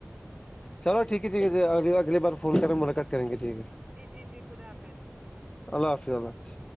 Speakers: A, on the left; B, on the right.
A: چلو ٹھیک ہے ٹھیک ہے اگلی بار فون کریں ملاقات کریں گے ٹھیک ہے
B: جی جی جی خدا حافظ
A: اللہ حافظ اللہ حافظ